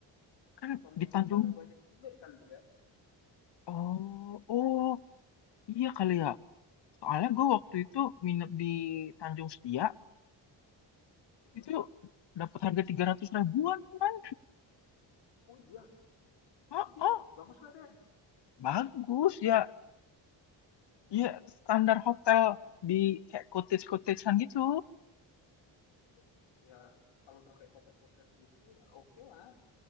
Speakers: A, on the left (about 60°); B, on the left (about 80°).
A: Kan
B: apa mungkin
A: di Tanjung,
B: karena banyak bule kali ya
A: oh, oh, iya kali ya. Soalnya gue waktu itu nginep di Tanjung Setia,
B: Mm-mm.
A: itu dapat harga 300 ribuan kan.
B: oh iya
A: Oh,
B: tapi dia
A: oh,
B: bagus lah deh
A: bagus ya. Ya, standar hotel di kayak cottage-cottagean gitu.
B: Hmm. ya kalau udah kayak cottage-cottage gitu ya oke lah